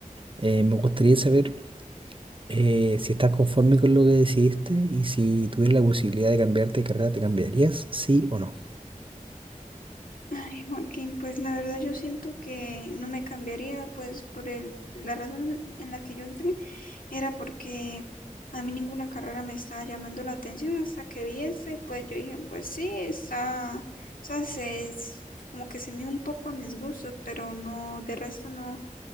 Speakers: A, on the right; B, on the left.
A: Eh, me gustaría saber eh, si estás conforme con lo que decidiste y si tuvieras la posibilidad de cambiarte de carrera, ¿te cambiarías? ¿Sí o no?
B: Ay, Joaquín, pues la verdad yo siento que no me cambiaría, pues por el, la razón en en la que yo entré era porque a mí ninguna carrera me estaba llamando la atención hasta que vi esa y pues yo dije, pues sí, está, o sea, se, es como que se me un poco a mis gustos, pero no, de resto no,